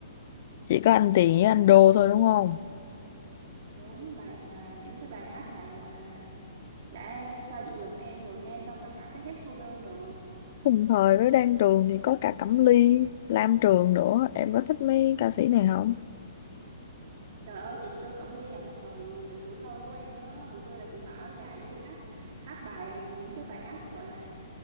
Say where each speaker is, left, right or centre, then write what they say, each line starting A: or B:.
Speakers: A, on the left; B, on the right.
A: Chỉ có anh Tiền với anh Đô thôi đúng không?
B: Đúng bài mà những cái bài hát này gọi là đã xoa dịu lòng em rồi nghe xong là cảm thấy hết cô đơn rồi
A: Cùng thời với Đan Trường thì có cả Cẩm Ly, Lam Trường nữa. Em có thích mấy ca sĩ này không?
B: trời ơi chị Tư Cẩm Ly là một thời tự tuổi thơ của em đó hồi xưa là chị mặc áo dài đi hát hát bài những cái bài hát còn gọi là